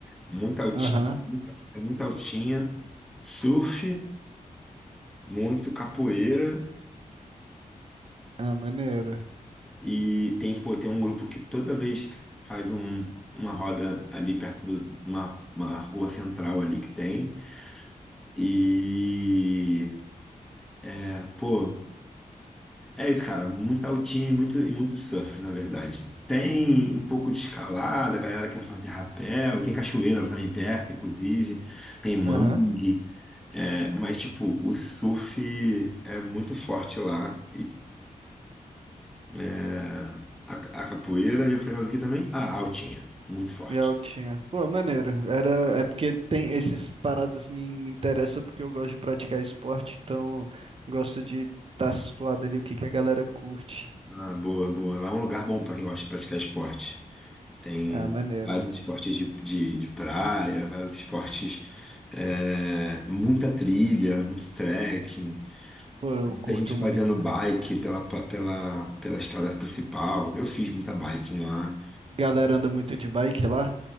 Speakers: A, in the centre; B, on the right.
A: muito altinha,
B: Aham.
A: muito, muito altinha, surf, muito capoeira.
B: Ah, maneiro.
A: E tem, pô, tem um grupo que toda vez faz um, uma roda ali perto do- de uma, uma rua central ali que tem. E, é, pô, é isso, cara. Muito altinho e muito, e muito surf, na verdade. Tem um pouco de escalada, a galera quer fazer rapel. Tem cachoeira também perto, inclusive. Tem mangue.
B: Aham.
A: É, mas, tipo, o surf é muito forte lá. É, a, a capoeira e eu falei mais aqui também. Ah, a altinha, muito forte.
B: E altinha. Pô, maneiro. Era, é porque tem esses paradas me, me interessam porque eu gosto de praticar esporte, então gosto de estar tá situado ali o que que a galera curte.
A: Ah, boa, boa. Lá é um lugar bom para quem gosta de praticar esporte. Tem
B: Ah, maneiro.
A: vários esportes de, de, de praia, vários esportes, é, muita trilha, muito trekking,
B: Pô, eu
A: muita
B: curto
A: gente fazendo
B: muito.
A: bike pela, pa- pela, pela estrada principal. Eu fiz muita biking lá.
B: Galera anda muito de bike lá?